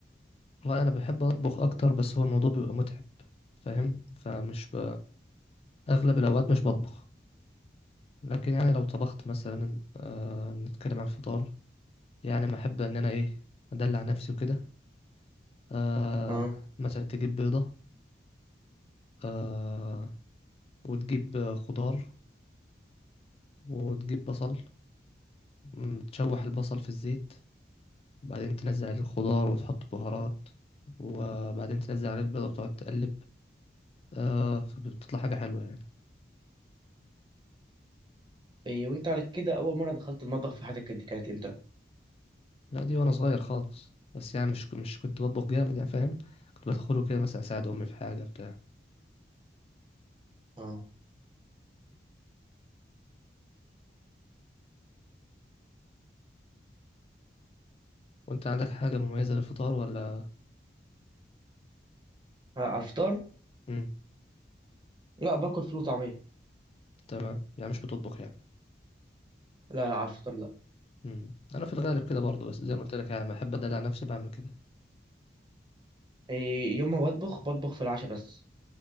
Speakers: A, on the left (about 35°); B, on the right (about 25°).
A: والله أنا بحب أطبخ أكتر بس هو الموضوع بيبقى متعب فاهم؟ فمش ب... أغلب الأوقات مش بطبخ لكن يعني لو طبخت مثلا آه نتكلم عن الفطار يعني ما احب ان انا ايه ادلع نفسي وكده آه
B: أه
A: مثلا تجيب بيضة آه وتجيب خضار وتجيب بصل م، تشوح البصل في الزيت وبعدين تنزل عليه الخضار وتحط بهارات وبعدين تنزل عليه البيضة وتقعد تقلب آه فبتطلع حاجة حلوة يعني
B: إيه وأنت على كده أول مرة دخلت المطبخ في حياتك كانت كانت إمتى؟
A: لا دي وانا صغير خالص بس يعني مش مش كنت بطبخ جامد يعني فاهم كنت بدخله كده مثلا اساعد امي في حاجة بتاع
B: أه
A: وانت عندك حاجة مميزة للفطار ولا
B: على الفطار؟
A: امم
B: لا باكل فول وطعمية
A: تمام يعني مش بتطبخ يعني
B: لا لا على الفطار لا
A: امم انا في الغالب كده برضه بس زي ما قلت لك يعني لما احب ادلع نفسي بعمل كده
B: إيه يوم ما بطبخ بطبخ في العشاء بس